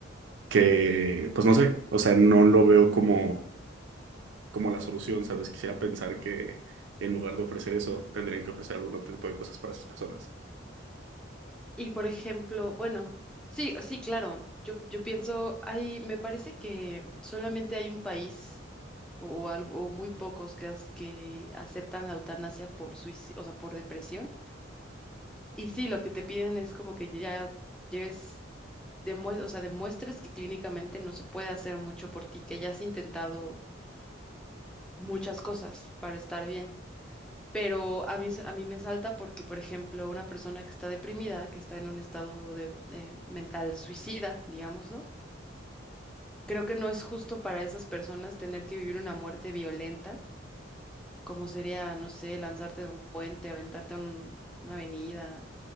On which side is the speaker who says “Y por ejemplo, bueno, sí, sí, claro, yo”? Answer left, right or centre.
Centre